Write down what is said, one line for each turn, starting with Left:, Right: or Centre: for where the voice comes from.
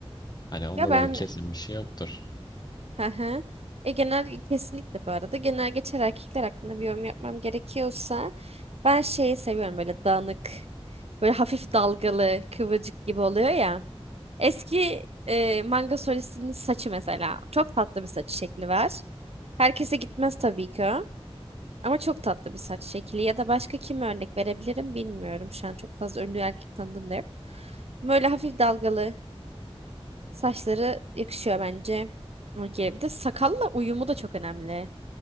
Left: Hani onda
Right: Ya ben
Left: da kesin bir şey yoktur.
Right: Hı hı. E genel kesinlikle bu arada genel geçer erkekler hakkında bir yorum yapmam gerekiyorsa ben şeyi seviyorum böyle dağınık böyle hafif dalgalı kıvırcık gibi oluyor ya. Eski e, manga solistinin saçı mesela çok tatlı bir saç şekli var. Herkese gitmez tabii ki o. Ama çok tatlı bir saç şekli ya da başka kime örnek verebilirim bilmiyorum. Şu an çok fazla ünlü erkek tanıdığım da yok. Böyle hafif dalgalı Saçları yakışıyor bence. Okey. Bir de sakalla uyumu da çok önemli.